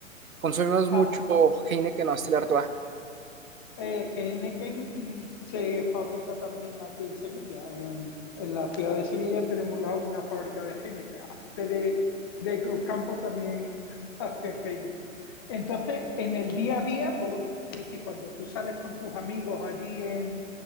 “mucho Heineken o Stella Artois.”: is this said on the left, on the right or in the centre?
Right